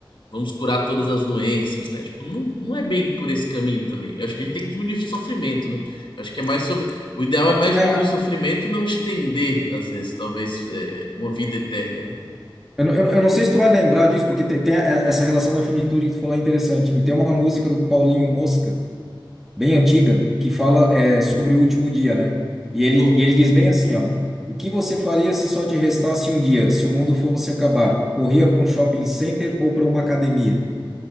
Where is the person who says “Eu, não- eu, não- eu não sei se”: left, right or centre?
Centre